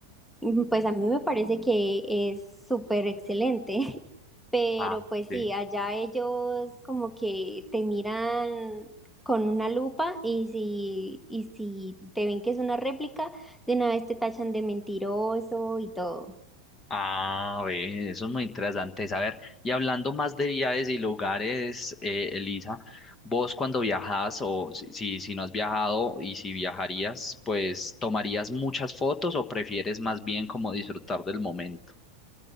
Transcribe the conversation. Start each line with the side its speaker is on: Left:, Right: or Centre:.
Centre: mm, pues a mí me parece que es súper excelente. <laughs> Pero
Left: Ah,
Centre: pues
Left: sí.
Centre: sí, allá ellos como que te miran con una lupa y si, y si te ven que es una réplica de una vez te tachan de mentiroso y todo.
Left: Ah, ve, eso es muy interesante saber. Y hablando más de viajes y lugares, eh, Elisa, vos cuando viajas o si, si, si no has viajado y si viajarías, pues ¿tomarías muchas fotos o prefieres más bien como disfrutar del momento? <laughs>